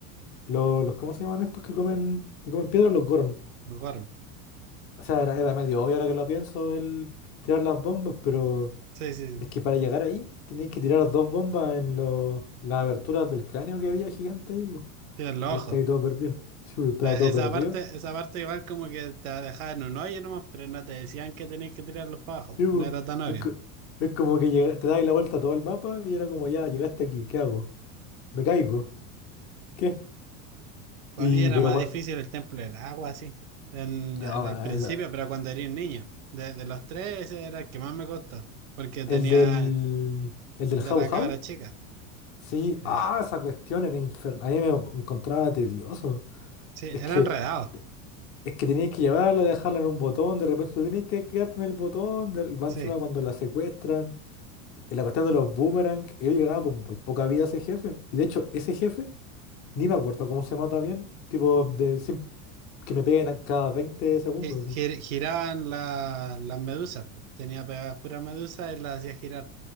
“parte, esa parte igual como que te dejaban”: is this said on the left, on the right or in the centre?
Right